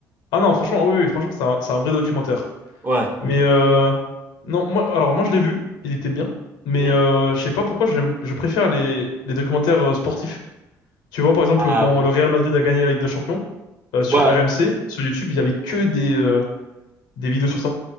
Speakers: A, on the left; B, on the right.
A: Ah non, franchement, oui, oui, franchement, c'est un, c'est un vrai documentaire.
B: Ouais.
A: Mais euh, non, moi, alors moi, je l'ai vu, il était bien. Mais
B: Hmm?
A: euh, je sais pas pourquoi j'aime, je préfère les, les documentaires euh, sportifs. Tu vois, par exemple,
B: Ah
A: quand
B: oui.
A: le Real Madrid a gagné la Ligue des Champions, euh, sur
B: Ouais,
A: RMC, sur YouTube, il y avait que des, euh, des vidéos sur ça.